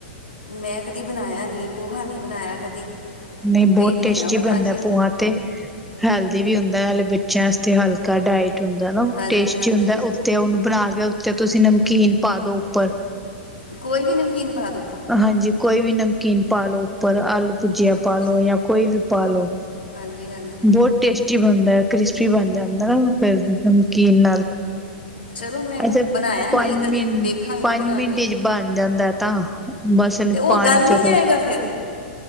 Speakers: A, on the left (about 75°); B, in the centre.
A: ਮੈਂ ਕਦੀ ਬਣਾਇਆ ਨੀ ਪੋਹਾ ਨ੍ਹੀਂ ਬਣਾਇਆ ਕਦੀ।
B: ਨਹੀਂ
A: ਵੇਖਨੀ
B: ਬੌਤ ਟੇਸਟੀ
A: ਆ ਬਣਾ
B: ਬਣਦੈ
A: ਕੇ
B: ਪੋਹਾ ਤੇ। ਹੈਲਦੀ ਵੀ ਹੁੰਦੈ, ਨਾਲੇ ਬੱਚਿਆਂ ਅਸਤੇ ਹਲਕਾ ਡਾਇਟ ਹੂੰਦੈ ਨਾ,
A: ਹਾਂਜੀ
B: ਟੇਸਟੀ
A: ਹਾਂਜੀ
B: ਹੁੰਦੈ ਉੱਤੇ ਔਨੂੰ ਬਣਾ ਕੇ ਔ ਜਾਂ ਤੁਸੀਂ ਨਮਕੀਨ ਪਾ ਦੋ ਉੱਪਰ।
A: ਕੋਈ ਵੀ ਨਮਕੀਨ ਪਾ ਦੋ।
B: ਹਾਂਜੀ ਕੋਈ ਵੀ ਨਮਕੀਨ ਪਾ ਲੋ ਉੱਪਰ ਆਲੂ ਭੁਜੀਆ
A: ਅੱਛਾ
B: ਪਾ ਲਓ ਜਾਂ ਕੋਈ ਵੀ ਪਾਲੋ।
A: ਹਾਂਜੀ ਹਾਂਜੀ
B: ਬੌਤ ਟੇਸਟੀ ਬਣਦੈ। ਕ੍ਰਿਸਪੀ ਬਣ ਜਾਂਦੈ ਨਾ ਫੇਰ ਨਮਕੀਨ ਨਾਲ।
A: ਚਲੋ ਮੈਂ
B: ਅਜੇ
A: ਬਣਾਇਆ ਨਹੀਂ
B: ਪੰਜ
A: ਕਦੀ
B: ਮਿੰਟ
A: ਵੇਖਾਂਗੀ
B: ਪੰਜ
A: ਬਣਾ
B: ਮਿੰਟ
A: ਕੇ
B: ਚ ਬਣ ਜਾਂਦਾ ਐ ਤਾਂ। ਬਸ
A: ਅਤੇ
B: ਐਨੂੰ
A: ਉਹ
B: ਪਾਣੀ
A: ਗਲ ਨਹੀਂ
B: ਚੋ--ਹੂੰ।
A: ਜਾਏਗਾ ਫਿਰ